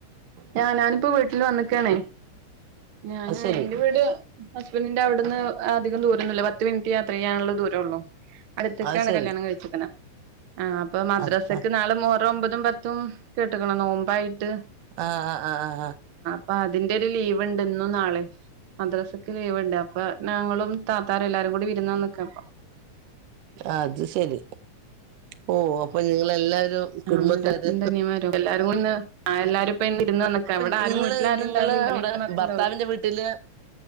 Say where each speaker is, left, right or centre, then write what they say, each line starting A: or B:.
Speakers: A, on the right; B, on the right.
A: ഞാനഞാാനിപ്പോൊ വീട്ടിൽ വന്നക്കണേ ഞാന്
B: അത് ശരി
A: എന്റെറെ വീട് ഹസ്ബൻറിന്റെ അവിടുന്ന് അധികം ദൂരൊന്നുമല്ല പത്ത് മിനിറ്റ് യാത്ര ചെയ്യാനുള്ള ദൂരംള്ളു അടുത്തൊക്കെയാണ്
B: അത് ശരി
A: കല്യാണം കഴിച്ചിരിക്കുന്നത് ആ അപ്പൊ മദ്രാസക്ക്നാളെ
B: ആ ആ
A: മുഹറം ഒമ്പതു പത്തു പതും പത്തും കേട്ടക്കണം നോമ്പായിട്ട്
B: ആഹ ആഹ് ആഹ് ആഹ് ആഹ
A: അപ്പ അതിന്റെ ഒരു ലീവ് ഉണ്ടന്നു നാളെ മദ്രസക്ക് ലീവ്ണ്ട് അപ്പൊ ഞങ്ങളും താത്താരും എല്ലാരും കൂടി വിരുന്ന നക്ക അപ്പ
B: അത് ശരി ഓ അപ്പൊ നിങ്ങളെല്ലാവ റും കുടുംബത്താണ്
A: ആഹ് രണ്ടനിയന്മാരും എല്ലാരും കൂടിന്ന് ആഹ് എല്ലാരും ഇപ്പ ഇന്ന് വിരുന്ന് വന്ന്ക്കാ
B: അപ്പൊ
A: ഇവിടെ ആരും
B: നിങ്ങള്
A: വീട്ടിലാരും
B: നിങ്ങള്
A: ഉണ്ടാവലില്ല ഇമ്മീം
B: അടെ
A: ഇപ്പീം മാത്രേ
B: ഭർത്താവിന്റെ
A: ഉണ്ടാവൊള്ളൂ
B: വീട്ടില്